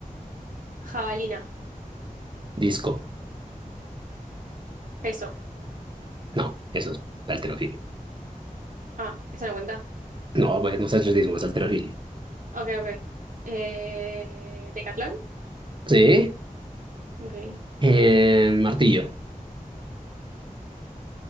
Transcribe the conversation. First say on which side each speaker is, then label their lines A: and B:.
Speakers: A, on the right; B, on the right.
A: Jabalina.
B: Disco.
A: Peso.
B: No, eso es halterofilia.
A: Ah, esa no cuenta.
B: No, pues no es atletismo, es halterofilia.
A: Ok, ok. Eh, decatlón.
B: Sí.
A: Ok.
B: Eh, martillo.